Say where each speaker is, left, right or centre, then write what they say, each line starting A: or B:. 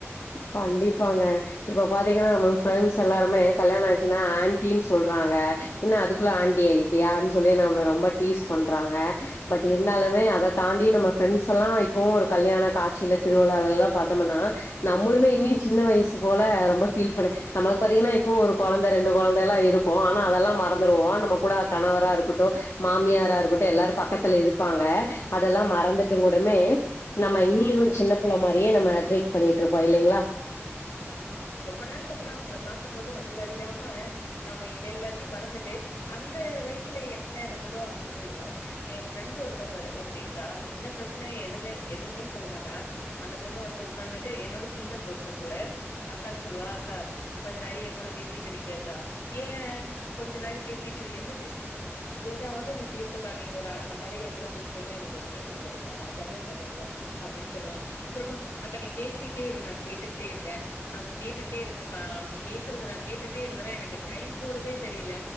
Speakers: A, on the left; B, on the left.
A: கண்டிப்பாங்க இப்ப பாத்தீங்கனா நம்ம ஃப்ரெண்ட்ஸ் எல்லாருமே கல்யாண ஆயிருச்சுனா ஆண்ட்டின் சொல்றாங்க என்ன அதுக்குள்ள ஆண்ட்டி ஆயிட்டியான் சொல்லி நம்மள ரொம்ப டீஸ் பண்றாங்க பட் இருந்தாலுமே அத தாண்டி நம்ம ஃப்ரெண்ட்ஸெல்லா இப்போவு ஒரு கல்யாண காட்சில திருவிழாலலா பாத்தமுனா நம்மளுமே இன்னி சின்ன வயசு போல ரொம்ப ஃபீல் பண்ண நமக்கு பாத்தீங்கனா இப்பவு ஒரு கொழந்த ரெண்டு கொழந்தலா இருக்கு ஆனா அதெல்லா மறந்துருவோ நம்ம கூட கணவரா இருக்கட்டு மாமியாரா இருக்கட்டு எல்லாரு பக்கத்துல இருப்பாங்க அதெல்லா மறந்துட்டுங் கூடமே நம்ம இன்னியு சின்ன பிள்ள மாரியே நம்ம ட்ரிக்ட் பண்ணிக்கிட்ருக்கோ இல்லைங்ளா
B: ரொம்ப நாள்க்கு அப்றோ அவ்ங்கள பாக்கும்போது நம்மள அறியாம நம்ம இதெல்லாத்தையு மறந்துட்டு அந்த வயசுல என்ன இருந்ததோ அங்க போயிடுவோ என் ஃப்ரெண்டு் ஒருத்தவ்ங்க இரு ஒருத்தி இருக்கா என்ன பிரச்சன எதுன்னு எதுமே சொல்ல மாட்டா அந்த பொண்ணு வந்து உக்காந்துட்டு என்னோட சின்ன பொண்ணு கூட அக்கான் சொல்லுவா அக்கா கொஞ்ச நேர எங்கூட பேசிட்டு இருக்கியாக்கா ஏ கொஞ்ச நேய பேசிட்டு இரு என்ன பேசுறது எதாவ்து நீ பேசுக்கா நீ ஒரு அர மண் நேர எ கூட பேசுனீனா எனக்கு எதுமே தெரியாதுக்கா நா பாட்டே உக்காந்துருப்பே அப்டின் சொல்லுவா அப்பறமா அக்கா நீ பேசிட்டே இரு நா கேட்டுக்கிட்டே இருக்கே நாப் கேட்டுக்கிட்டே இருக்கேக்கா நீ பேசுறத நா கேட்டுட்டே இருந்தனா எனக்கு டைம் போறதே தெரியல